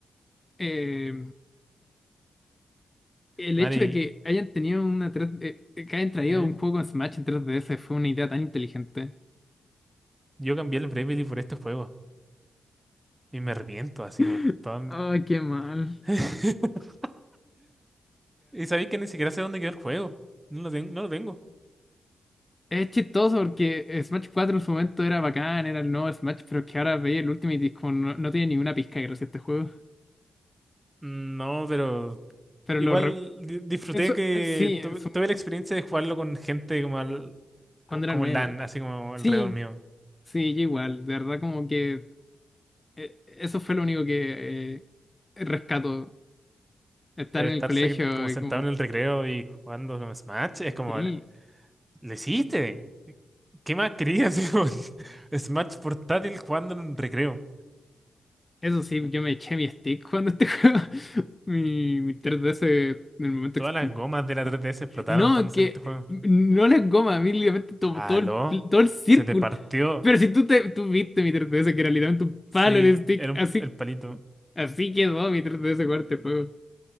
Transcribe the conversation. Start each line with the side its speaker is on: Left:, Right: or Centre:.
Left: Eh, el
Right: Mari,
Left: hecho de que hayan tenido una 3 eh, que hayan traído
Right: ¿eh?
Left: un juego con Smash en 3DS fue una idea tan inteligente.
Right: Yo cambié el Bravely por este juego. Y me arrepiento, así
Left: <laughs>
Right: como todo.
Left: Ay, qué mal.
Right: <laughs> Y sabéis que ni siquiera sé dónde quedó el juego. No lo tengo, no lo tengo.
Left: Es chistoso porque Smash 4 en su momento era bacán, era el nuevo Smash, pero es que ahora veía el Ultimate y es como no, no tiene ninguna pizca gracias a este juego.
Right: No, pero
Left: Pero
Right: igual
Left: lo re-
Right: di- disfruté
Left: eso,
Right: que
Left: eh, sí, en
Right: tu-
Left: su-
Right: tuve la experiencia de jugarlo con gente como al-
Left: cuando era
Right: como
Left: nuevo.
Right: LAN, así como alrededor
Left: Sí,
Right: mío.
Left: sí, yo igual. De verdad como que eh, eso fue lo único que eh, rescato. Estar
Right: Eh,
Left: en
Right: Estar
Left: el colegio
Right: como sentado
Left: y como,
Right: en el recreo y jugando con Smash es como,
Left: sí.
Right: ¿lo hiciste? ¿Qué más querías? <laughs> Así como, Smash portátil jugando en un recreo.
Left: Eso sí, yo me eché mi stick cuando este <laughs> juego. Mi, mi tres D S en el momento
Right: Todas
Left: expl-
Right: las gomas de la 3DS explotaron
Left: no,
Right: cuando salió
Left: que
Right: este juego.
Left: eh, no la goma, a mí, literalmente todo,
Right: ¿Aló?
Left: todo el, pl- todo el círculo.
Right: Se te partió.
Left: Pero si tú, te, tú viste mi 3DS, que era literalmente un
Right: Sí,
Left: palo el stick,
Right: era un-
Left: así,
Right: el palito.
Left: así quedó mi 3DS jugar este juego.